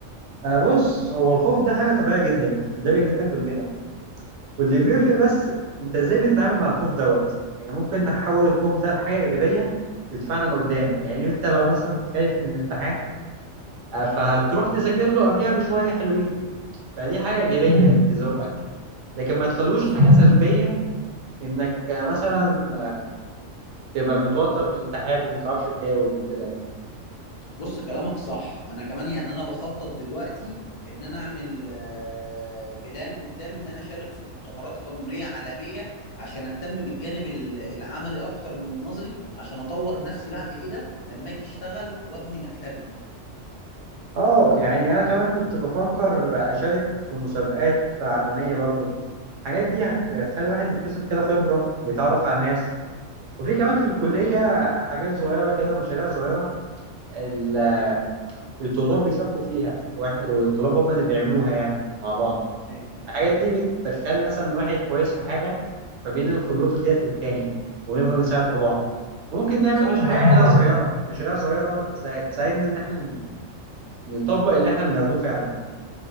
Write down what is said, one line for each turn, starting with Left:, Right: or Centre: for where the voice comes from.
Right: آه بص هو الخوف ده حاجه طبيعيه جدا وده بيجي لنا كلنا واللي بيفرق بس انت ازاي بتتعامل مع الخوف دوت يعني ممكن نحول الخوف ده لحاجه ايجابيه تدفعنا لقدام يعني انت لو مثلا خايف من الامتحان آه، فهتروح تذاكر له قبلها بشويه حلوين فدي حاجه ايجابيه
Left: أيوة.
Right: <laughs> تزوقك لكن ما تخلوش
Left: بص
Right: حاجه سلبيه انك مثلا تبقى متوتر من الامتحان وما تعرفش تجاوب وكده يعني
Left: بص كلامك صح انا كمان يعني انا بخطط دلوقتي ان انا اعمل آه، بلان قدام ان انا اشارك في مؤتمرات قانونية عالمية عشان اهتم بالجانب ال- العملي اكتر من النظري عشان اطور نفسي بعد كده لما اجي اشتغل وابني مكتبي
Right: اه يعني انا كمان كنت بفكر اشارك في مسابقات عالميه برضو الحاجات دي هت- هتخلي الواحد يكتسب كده خبره ويتعرف على ناس وفي كمان في الكليه حاجات صغيره كده مشاريع صغيره ال- الطلاب بيشاركوا فيها واحنا والطلاب هم اللي بيعملوها يعني مع بعض
Left: ايوه
Right: الحاجات دي بتخلي مثلا واحد كويس في حاجة فبينقل خبرته ديت للتاني ونفضل نساعد في بعض ممكن نعمل
Left: صح
Right: مشاريع
Left: على فكرة
Right: كده صغيرة مشاريع صغيرة تسا- تساعدنا إن إحنا نطبق اللي إحنا بناخدوه فعلا